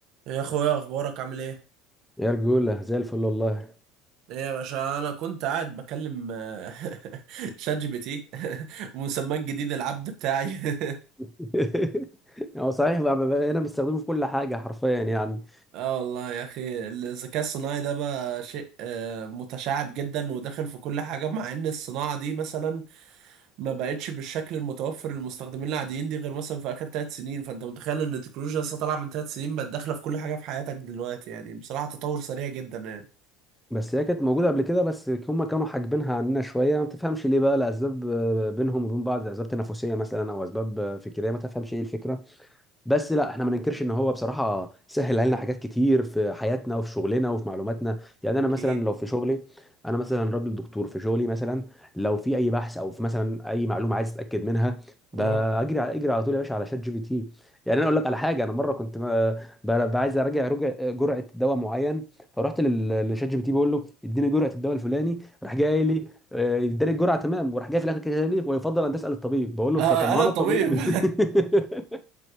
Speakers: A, on the right (about 60°); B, in the centre.
A: يا اخويا اخبارك عامل ايه
B: يا رجولة زي الفل والله
A: ايه يا باشا انا كنت قاعد بكلم آه، <laughs> شات جي بي تي <laughs> مسماه الجديد العبد بتاعي <laughs>
B: <laughs> هو صحيح بقى بقينا بنستخدمه في كل حاجة حرفيا يعني
A: اه والله يا اخي الذكاء الصناعي ده بقى شيء آه، متشعب جدا وداخل في كل حاجه مع ان الصناعه دي مثلا ما بقتش بالشكل المتوفر للمستخدمين العاديين دي غير مثلا في اخر ثلاث سنين فانت متخيل ان التكنولوجيا لسه طالعه من ثلاث سنين بقت داخله في كل حاجه في حياتك دلوقتي يعني بصراحه تطور سريع جدا يعني
B: بس هي كانت موجودة قبل كده بس هما كانوا حاجبينها عننا شوية ما تفهمش ليه بقى لأسباب آه، بينهم وبين بعض أسباب تنافسية مثلا أو أسباب آه، فكرية ما تفهمش إيه الفكرة بس لا احنا ما ننكرش ان هو بصراحه سهل علينا حاجات كتير في حياتنا وفي شغلنا وفي معلوماتنا يعني
A: اكيد
B: انا مثلا لو في شغلي انا مثلا راجل دكتور في شغلي مثلا لو في اي بحث او في مثلا اي معلومه عايز اتاكد منها بجري
A: اه
B: على اجري على طول يا باشا على شات جي بي تي يعني انا اقول لك على حاجه انا مره كنت ما- ب- ب- عايز اراجع رجع- جرعه دواء معين فرحت لل- لشات جي بي تي بقول له اديني جرعه الدواء الفلاني راح جاي لي آه، اداني الجرعه تمام وراح جاي في الاخر كاتب لي ويفضل ان تسال الطبيب بقول له
A: آه،
B: فطب ما
A: انا
B: هو انا
A: الطبيب
B: الطبيب <laughs>
A: <laughs>